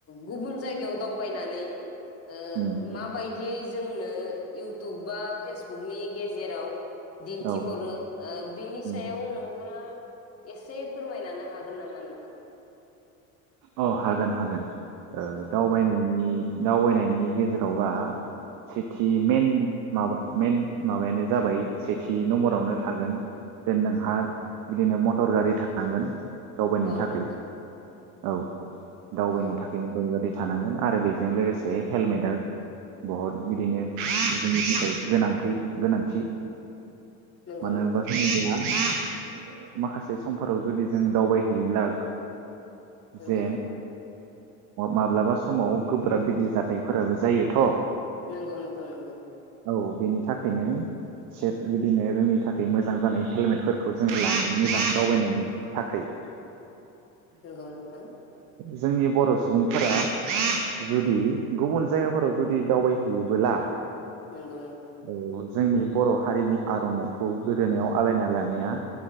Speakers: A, on the left; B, on the right.
A: गुबुन जायग याव दावबायनानै ओ
B: उम
A: माबायदियै जोंनो इउटुब बा फेसबुकनि गेजेराव दिन्थिहरो
B: औ
A: ओ बिनि
B: उम
A: सायाव नों थाङा एसे फोरमायनानो हागोन नामा नोंथां?
B: अ हागोन हागोन ओ
A: औ
B: दावबायनायनि दावबायनायनि गेजेरावबा सेथि
A: औ नोंथां
B: मेन माबा मेन माबायानो जाबाय सेथि नम्बरावनो थागोन जेन नोंहा बिदिनो मटर गारि थानांगोन दावबायनो
A: औ
B: थाखाय
A: नोंथां
B: औ दावबायनो
A: नंगौ
B: थाखाय मथर गारि थानांगोन आरो बेजों लोगोसे हेलमेटआ बहुद बिदिनो जोंनि थाखाय गोनांथि गोनांथि
A: नंगौ
B: मानो
A: नोंथां
B: बा <unintelligible> माखासे समफोराव जुदि जों दावबायहैयोब्ला
A: नंगौ
B: जे
A: नोंथां
B: माब्लाबा समाव गोब्राब बिदि जाथायफोराबो जायोथ
A: नंगौ नोंथां नंगौ
B: औ बेनि थाखायनो से बिदिनो जोंनि थाखाय मोजां जानाय हेलमेटफोरखौ जोंङो लानानै मोजां दावबायनायनि थाखै
A: नंगौ नोंथां
B: जोंनि बर सुबुंफोरा जुदि गुबुन जायगाफोराव जुदि दावबायहैयोबोला
A: नंगौ नोंथां
B: औ जोंनि बर हारिनि आरनाइखौ गोदोनायाव आलायना लानाया